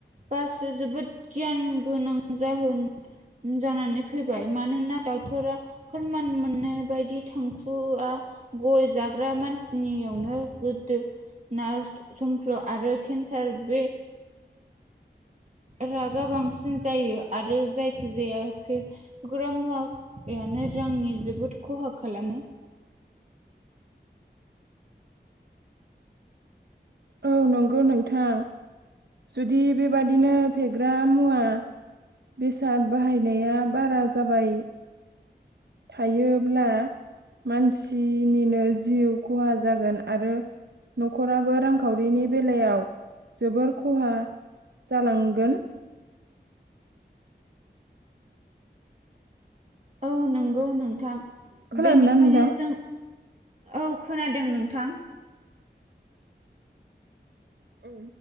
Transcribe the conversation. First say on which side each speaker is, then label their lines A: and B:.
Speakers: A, on the right (about 40°); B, on the right (about 65°).
A: बासो जोबोद गियान गोनां जाहोन जानानै फैबाय मानोना डाक्टरा फोरमान मोननाय बायदि थांखुआ गय जाग्रा मानसिनियावनो गोदो ना संख्ल' आरो केन्सार बे रागा बांसिन जायो आरो जायखिजाया फेग्रा मुवायानो रांनि जोबोद खहा खालामो।
B: औ नंगौ नोंथां जुदि बेबादिनो फेग्रा मुवा बेसाद बाहायनाया बारा जाबाय। थायोब्ला मानसिनिनो जिउ खहा जागोन आरो नखराबो रांखावरिनि बेलायाव जोबोर खहा जालांगोन।
A: औ नंगौ नोंथां
B: खोनादोंना
A: बेनिखायनो
B: नोंथां?
A: जों औ खोनादों नोंथां।
B: औ